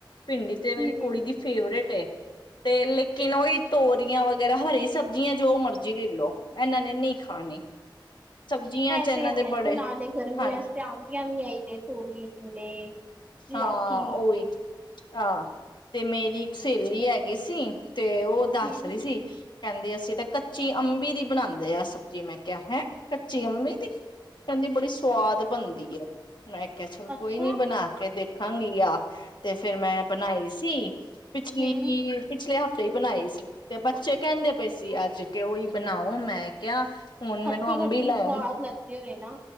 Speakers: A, on the left; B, on the right.
A: ਭਿਂਡੀ ਤੇ ਮੇਰੀ
B: ਇਹ
A: ਕੁੜੀ ਦੀ ਫੇਵਰੇਟ ਹੈ। ਤੇਰੇ ਲਈ ਕਿਨੇ ਹੀ ਤੋਰੀਆਂ ਵ ਵਗੈਰਾ ਹਰੀ ਸਬਜ਼ੀਆਂ ਜੋ ਮਰਜ਼ੀ ਲੈ ਲਓ ਇਹਨਾਂ ਨੇ ਨਹੀਂ ਖਾਣੀ
B: ਇਹ
A: ਸਬਜ਼ੀਆਂ ਚ ਇਹਨਾਂ
B: ਤੇ ਹੈ,
A: ਦੇ ਬੜੇ
B: ਤੇ ਨਾਲੇ ਗਰਮੀੀਆਂ
A: ਹਨ
B: ਵਸਤੇ ਆਉਂਦੀਆਂ ਵੀ ਆਈ ਨੇ ਤੋਰੀ, ਟਿੰਡੇ ਲੌਕੀ
A: ਹਾਂ ਉਹੀ। ਆਹ ਤੇ ਮੇਰੀ ਇੱਕ ਸਹੇਲੀ ਹੈਗੀ ਸੀ। ਤੇ, ਉਹ ਦੱਸ
B: ਹਮ
A: ਰਹੀ ਸੀ। ਕਹਿੰਦੀ, ਅਸੀਂ ਤੇ ਕੱਚੀ ਅੰਬੀ ਦੀ ਬਣਾਉਂਦੇ ਆ ਸਬਜ਼ੀ ਮੈਂ ਕਿਹਾ, ਹੈਂ ਕੱਚੀ ਅੰਬੀ ਦੀ ਕਹਿੰਦੀ, ਬੜੀ ਸਵਾਦ ਬਣਦੀ ਹੈ ਮੈਂ ਮੈ ਕਿਆ, ਚਲ
B: ਅੱਛਾ
A: ਕੋਈ ਨੀ ਬਣਾ ਦੇਖਾਂਗੀ, ਆ ਤੇ ਫੇਿਰ ਮੈਂ ਬਣਾਈ ਸੀ। ਪਿਛਲੀ,
B: ਹਮ
A: ਪਿਛਲੇ ਹਫ਼ ਤੇ ਸਹੀ ਬਣਾਏ ਸੀ ਤੇ ਬੱਚੇ ਕਹਿੰਦੇ ਪਏ ਸੀ, ਅੱਜ ਕੇ ਉਹੀ ਬਣਾਓ ਮੈਂ ਕਿਹਾ ਹੁਣ
B: ਖੱਟੀ-ਖੱਟੀ,
A: ਮੈਨੂੰ ਅੰਬੀ ਲੈਣ
B: ਸਵਾਦ ਲੱਗਦੇ ਹੋਏ ਨਾ।